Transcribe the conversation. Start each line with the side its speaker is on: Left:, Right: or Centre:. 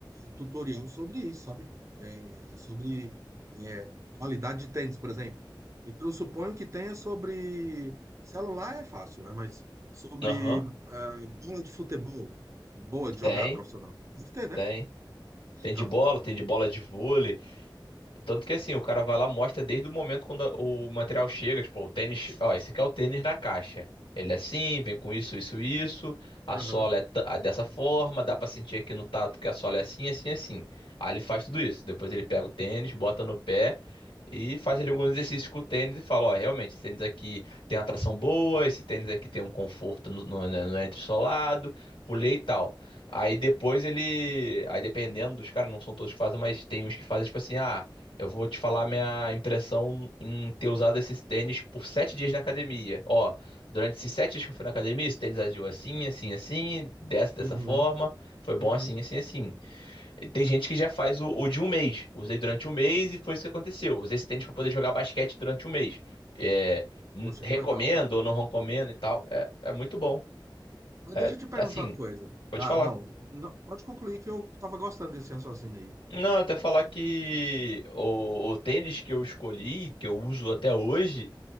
Right: tutorial sobre isso, sabe? É, sobre é, qualidade de tênis, por exemplo. Então, eu suponho que tenha sobre. Celular é fácil, né? Mas sobre
Left: Aham.
Right: ah, bola de futebol, boa de
Left: Tem,
Right: jogar profissional. Deve ter, né?
Left: tem.
Right: Então.
Left: Tem de bola, tem de bola de vôlei. Tanto que assim, o cara vai lá, mostra desde o momento quando a- o material chega, tipo, o tênis, ó, esse aqui é o tênis na caixa. Ele é assim, vem com isso, isso, isso. A
Right: Aham.
Left: sola é ta- ah, dessa forma, dá pra sentir aqui no tato que a sola é assim, assim, assim. Aí ele faz tudo isso. Depois ele pega o tênis, bota no pé e faz ali alguns exercícios com o tênis e fala, ó, realmente, esse tênis aqui tem uma tração boa, esse tênis aqui tem um conforto no, no, né, no entressolado, pulei e tal. Aí depois ele. Aí dependendo dos caras, não são todos que fazem, mas tem uns que fazem tipo assim, ah. Eu vou te falar minha impressão em ter usado esses tênis por sete dias na academia. Ó, durante esses sete dias que eu fui na academia, esse tênis agiu assim, assim, assim, dessa,
Right: Uhum.
Left: dessa forma. Foi bom
Right: Uhum.
Left: assim, assim, assim. E tem gente que já faz o, o de um mês. Usei durante um mês e foi isso que aconteceu. Usei esse tênis para poder jogar basquete durante um mês. É, n-
Right: Poxa,
Left: recomendo
Right: que legal, cara.
Left: ou não recomendo e tal. É, é muito bom.
Right: Mas
Left: É,
Right: deixa eu te perguntar
Left: assim,
Right: uma coisa.
Left: vou
Right: Ah,
Left: te falar.
Right: não, não. Pode concluir que eu tava gostando desse raciocínio aí.
Left: Não, até falar que o, o tênis que eu escolhi, que eu uso até hoje.